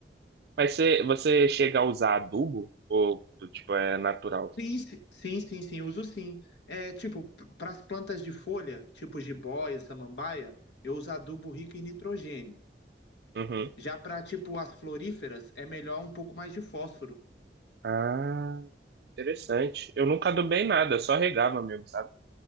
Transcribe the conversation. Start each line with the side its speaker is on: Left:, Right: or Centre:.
Right: Mas você, você chega a usar adubo? Ou, tipo, é natural?
Left: Sim, si- sim, sim, sim, uso sim. É, tipo, para as plantas de folha, tipo jiboia, samambaia, eu uso adubo rico em nitrogênio.
Right: Uhum.
Left: Já para, tipo, as floríferas, é melhor um pouco mais de fósforo.
Right: Ah, interessante. Eu nunca adubei nada, só regava mesmo, sabe?